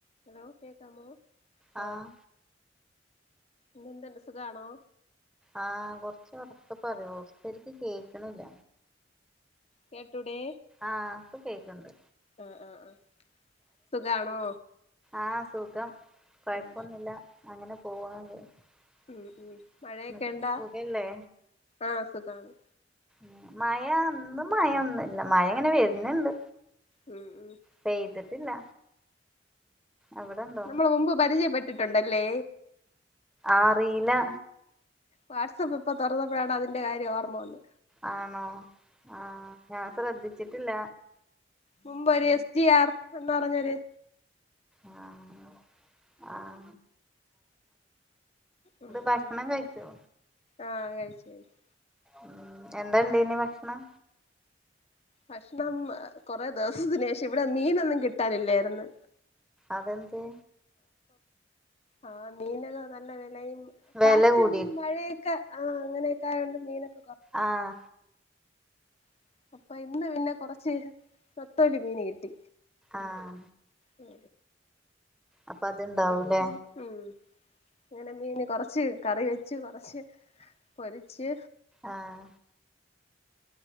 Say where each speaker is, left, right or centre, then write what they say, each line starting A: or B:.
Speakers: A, on the left; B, in the centre.
A: ഹലോ കേക്കാമോ
B: ആഹ്
A: ആ ഇന്നെന്തെന്ന സുഖാണോ
B: ആ കൊറച്ച് ഉറക്ക പറയോ ശെരിക്ക് കേക്ണില്ല
A: കേട്ടടുഡേ
B: ആ പ്പം കേക്കണ്ട്
A: ആ ആ ആ സുഖാണോ
B: ആ സുഖം കുഴപ്പൊന്നില്ല
A: ഉം
B: അങ്ങനെ പോവ എന്നിട്ടും
A: ഉം ഉം മഴയൊക്കെ ഇണ്ടാ
B: തുകയല്ലേ
A: ആഹ് സുഖാണ്
B: ഉ മഴ എന്തും മഴൊന്നുംല്ല മഴ ഇങ്ങനെ വരുന്നുണ്ട്
A: മ് മ്
B: പെയ്തിട്ടില്ല അവിടെണ്ടോ
A: നമ്മള ഒ്പ പരിചയ പറ്റി ട്ടുണ്ടല്ലേ
B: ആറില്ല
A: വാട്സആപ്പ് ഇപ്പൊ തുറന്നപ്പോഴാണ് അതിന്റെ കാര്യം ഓർമ്മയന്ന്
B: ആണോ ആഹ ഞാൻ വിതിച്ചിട്ടില്ല
A: മുമ്പ് ഒരു എസ്റ്റി ആർ എന്ന പറഞ്ഞൊര്
B: ആഹ ആഹ
A: ഉ
B: ഭക്ഷണം
A: ഉ
B: കഴിച്ചോ
A: ആഹ കഴിച്ചു കഴിച്ചു
B: ഉ എന്താണ്ട് ഇനി ഭക്ഷണം
A: ഭക്ഷണം കൊറെേ ദിവസത്തിന് ശേഷം ഇവിടെ മീനൊന്നും കിട്ടാനില്ലായിന്ന്
B: അതെന്ന്ത്
A: ആ മീനെ നല്ല വിലയും കാറ്റും
B: വെല കൂടി
A: മഴയൊക്കെ ആഹ് അങ്ങനെയൊക്കാറണ്ട് മീനൊക്കെ
B: ആഹ
A: അ അപ്പൊ ഇന്ന് പിന്നെ കുറച്ച് നത്തോലി മീന് കിട്ടി
B: ആഹ
A: ഉ
B: അപ്പൊ അത്ണ്ടാവൂലേ
A: ഉം ഇങ്ങനെ മീന് കൊറച്ച് കറി വെച്ച് കൊറച്ച് പൊരിച്ച്
B: ആഹ